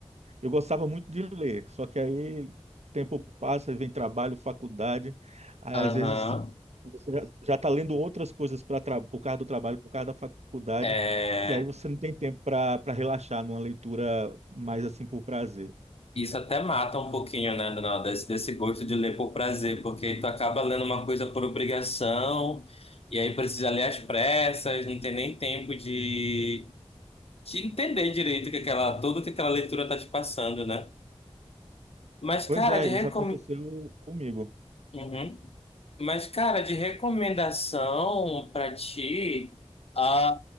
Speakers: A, on the right; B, on the left.
A: Eu gostava muito de ler, só que aí tempo passa, vem trabalho, faculdade, aí
B: Aham.
A: às vezes você já está lendo outras coisas para por causa do trabalho, por causa da faculdade,
B: É.
A: que aí você não tem tempo para para relaxar numa leitura mais assim por prazer.
B: Isso até mata um pouquinho, né, Dona, desse, desse gosto de ler por prazer, porque tu acaba lendo uma coisa por obrigação, e aí precisa ler às pressas, não tem nem tempo de, de entender direito o que aquela, tudo que aquela leitura tá te passando, né? Mas, cara,
A: Pois é,
B: de
A: isso
B: recom...
A: aconteceu comigo.
B: Uhum. Mas, cara, de recomendação pra ti, ah,